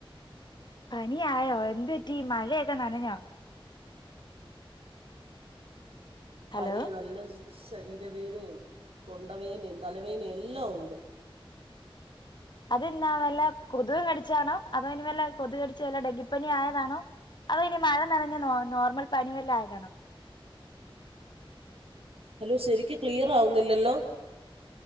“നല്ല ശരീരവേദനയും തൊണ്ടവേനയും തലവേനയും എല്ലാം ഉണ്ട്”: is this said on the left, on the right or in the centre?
Right